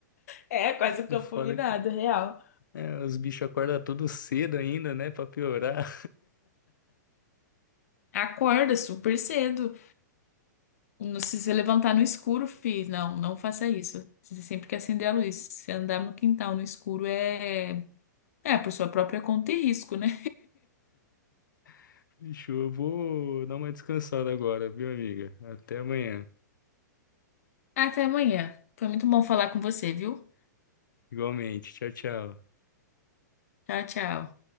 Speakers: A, on the left; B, on the left.
A: É, quase o
B: O
A: campo
B: foda
A: minado,
B: é que
A: real.
B: é, os bichos acordam tudo cedo ainda, né, pra piorar.
A: Acorda super cedo. Não Se você levantar no escuro, fi, não, não faça isso. Você sempre que acender a luz. Se andar no quintal no escuro é, é por sua própria conta e risco, né?
B: <laughs> Bicho, eu vou dar uma descansada agora, viu, amiga? Até amanhã.
A: Até amanhã. Foi muito bom falar com você, viu?
B: Igualmente. Tchau, tchau.
A: Tchau, tchau.